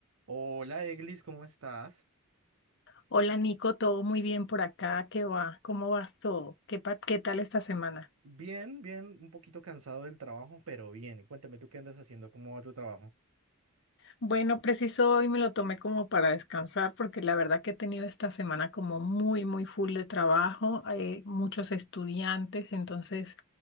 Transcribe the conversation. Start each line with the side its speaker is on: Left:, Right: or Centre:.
Right: Hola, Eglis, ¿cómo estás?
Left: Hola Nico, todo muy bien por acá, ¿qué va? ¿Cómo vas todo? ¿Qué, pa- qué tal esta semana?
Right: Bien, bien, un poquito cansado del trabajo, pero bien. Cuéntame, ¿tú qué andas haciendo? ¿Cómo va tu trabajo?
Left: Bueno, preciso hoy me lo tomé como para descansar porque la verdad que he tenido esta semana como muy, muy full de trabajo, hay muchos estudiantes, entonces